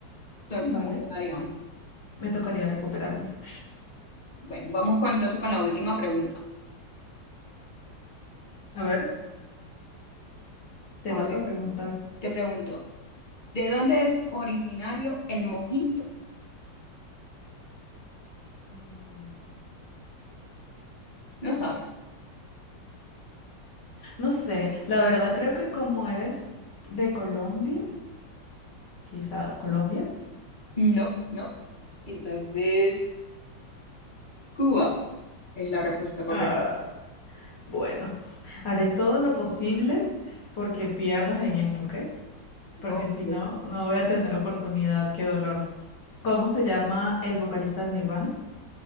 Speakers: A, on the left; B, on the left.
A: Entonces,
B: Vale.
A: ¿cómo quedaríamos?
B: Me tocaría recuperarme.
A: Bueno, vamos con, entonces con la última pregunta.
B: A ver, te
A: A
B: toca
A: ver,
B: preguntar.
A: te pregunto, ¿de dónde es originario el mojito?
B: Mm,
A: No sabes.
B: No sé, la verdad creo que como eres de Colombia, quizá Colombia,
A: No, no. Entonces, Cuba es la respuesta correcta.
B: ah, bueno, haré todo lo posible porque pierdas en esto, ¿ok? Porque
A: Ok.
B: si no, no voy a tener oportunidad, qué dolor. ¿Cómo se llama el vocalista de Nirvana?